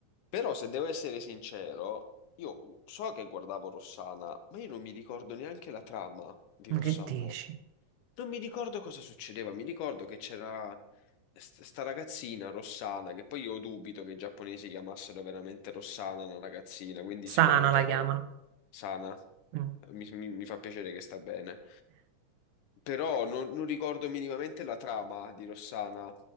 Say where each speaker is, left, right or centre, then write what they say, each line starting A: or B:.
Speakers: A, on the left; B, on the right.
A: Però, se devo essere sincero, io so che guardavo Rossana, ma io non mi ricordo neanche la trama di
B: Ma
A: Rossana.
B: che dici?
A: Non mi ricordo cosa succedeva, mi ricordo che c'era st- sta ragazzina Rossana, che poi io dubito che i giapponesi chiamassero veramente Rossana una ragazzina, quindi
B: Sana
A: sicuramente
B: la
A: avrà
B: chiamano.
A: co- sana.
B: Mm.
A: Mi, mi- mi fa piacere che sta bene. Però non, non ricordo minimamente la trama di Rossana,